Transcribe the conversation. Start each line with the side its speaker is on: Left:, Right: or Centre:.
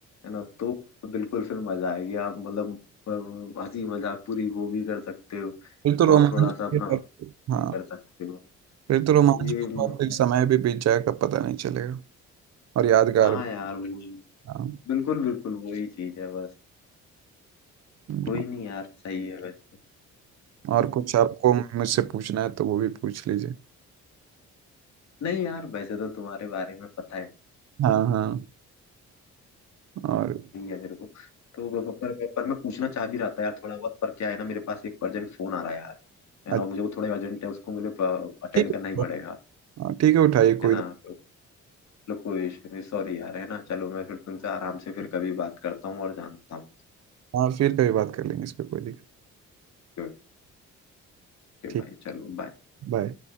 Left: है ना तो बिल्कुल फिर मजा आएगी आप मतलब अ, हंसी मजाक पूरी वो भी कर सकते हो
Right: फिर तो रोमांच
Left: और थोड़ा सा अपना
Right: हाँ
Left: भी कर सकते हो
Right: फिर तो
Left: तो
Right: रोमांच
Left: ये
Right: होगा
Left: मेरा
Right: फिर समय भी बीत जाएगा पता नहीं चलेगा और यादगार
Left: हाँ
Right: भी
Left: यार वो
Right: हाँ
Left: बिल्कुल बिल्कुल वही चीज है बस
Right: हम्म,
Left: कोई नहीं यार सही है वैसे
Right: और कुछ आपको मुझसे पूछना है तो वो भी पूछ लीजिए
Left: नहीं यार वैसे तो तुम्हारे बारे में पता है
Right: हाँ हाँ और
Left: यही है मेरे को तो प- पर, पर मैं पूछना चाह भी रहा था यार थोड़ा बहुत पर क्या है ना मेरे पास एक अर्जेंट फोन आ रहा है यार है
Right: अच्छा
Left: ना और मुझे वो थोड़ा अर्जेंट है उसको मुझे अटेंड
Right: ठीक
Left: करना ही पड़ेगा
Right: है हाँ, ठीक है उठाइए कोई
Left: है ना
Right: दिक्कत
Left: तो लो कोई इशू नहीं सॉरी यार है ना चलो मैं फिर तुमसे आराम से फिर कभी बात करता हूँ और जानता हूँ
Right: हाँ फिर कभी बात कर लेंगे इस पे कोई दिक्कत
Left: ओके भाई
Right: ठीक
Left: चलो बाय
Right: बाय